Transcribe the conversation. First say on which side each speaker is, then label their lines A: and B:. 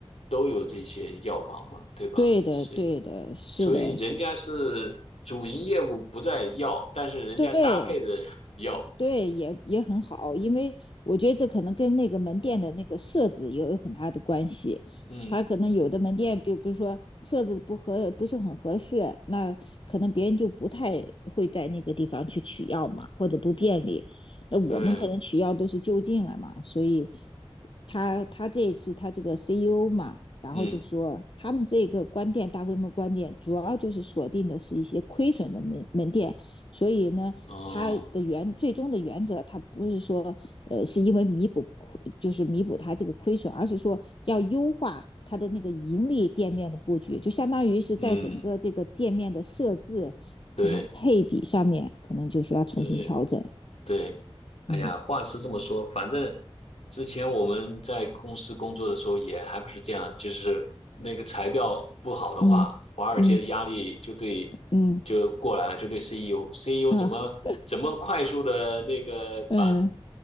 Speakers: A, on the left (about 90°); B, on the left (about 55°).
A: 都有这些药房嘛，对吧？
B: 对的，
A: 所以
B: 对的，是的，
A: 所以人家是主营业务不在药，
B: 是，
A: 但是人家搭配着
B: 对
A: <laughs> 药，
B: 对，也也很好，因为我觉得这可能跟那个门店的那个设置也有很大的关系，
A: 嗯，
B: 他可能有的门店，比如比如说设置不合，不是很合适，那可能别人就不太会在那个地方去取药嘛，或者不便利，那我们可能取药都是就近了嘛，
A: 对，
B: 所以。他他这一次他这个 CEO 嘛，然后就说他们这个关店大规模关店，
A: 嗯，
B: 主要就是锁定的是一些亏损的门门店，所以呢，
A: 哦，
B: 他的原最终的原则，他不是说呃是因为弥补就是弥补他这个亏损，而是说要优化它的那个盈利店面的布局，就相当于是在整个这个店面的设置可能配比上面，
A: 嗯，对
B: 可能就是要重新调整。
A: 对。对，哎呀，
B: 嗯
A: 话是这么说，反正之前我们在公司工作的时候也还不是这样，就是那个财报不好的话，
B: 嗯嗯
A: 华尔街的压力就对
B: 嗯
A: 就过来了，就对 CEO，CEO
B: 啊
A: 怎么怎么快速的那个把
B: 嗯。